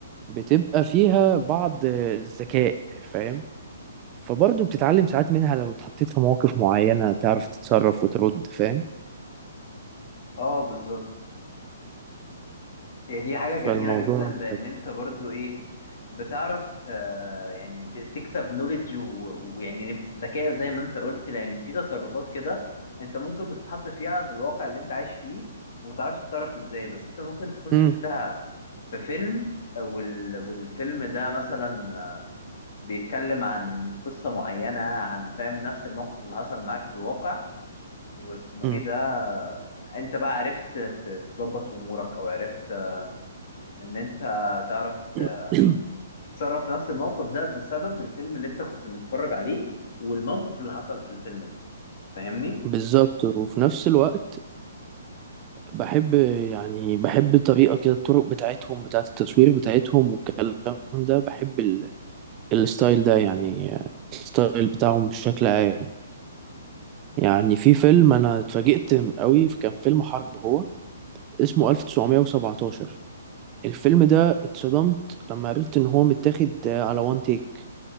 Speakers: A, on the right; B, on the left.
A: بتبقى فيها بعض الذكاء فاهم فبرضو بتتعلم ساعات منها لو اتحطيت في مواقف معينة تعرف تتصرف وترد فاهم
B: اه بالظبط هي دي حاجة
A: فالموضوع
B: جميلة <laughs> جدا لأن أنت برضو إيه بتعرف ت... يعني ت- تكسب نوليدج ويعني ذكاء زي ما أنت قلت لأن في تصرفات كده أنت ممكن بتتحط فيها في الواقع اللي أنت عايش فيه ومتعرفش تتصرف إزاي بس أنت ممكن تكون شفتها
A: مم.
B: في فيلم وال... والفيلم ده مثلا آه، بيتكلم عن قصة معينة عن فاهم نفس الموقف اللي حصل معاك في الواقع واسمه
A: مم.
B: ايه ده آه، انت بقى عرفت ت- تظبط امورك او عرفت آه، ان انت تعرف
A: <clears throat>
B: ت- تتصرف في نفس الموقف ده بسبب الفيلم اللي انت كنت متفرج عليه والموقف اللي حصل في الفيلم ده فاهمني؟
A: بالظبط وفي نفس الوقت بحب يعني بحب الطريقة كده الطرق بتاعتهم بتاعت التصوير بتاعتهم والكلام ده بحب الستايل ده يعني الستايل بتاعهم بشكل عام يعني في فيلم انا اتفاجئت قوي كان فيلم حرب هو اسمه 1917 الفيلم ده اتصدمت لما عرفت ان هو متاخد على وان تيك